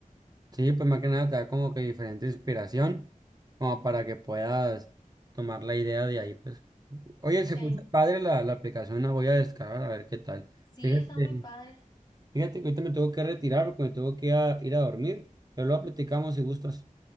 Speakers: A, on the right; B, on the left.
A: Sí, pues más que nada te da como que diferente inspiración, como para que puedas tomar la idea de ahí, pues. Oye, se
B: Sí,
A: escucha padre la, la aplicación, la voy a descargar a ver qué tal.
B: sí,
A: Fíjate,
B: está muy padre.
A: fíjate que ahorita me tengo que retirar porque me tengo que ir a, ir a dormir, pero luego platicamos si gustas.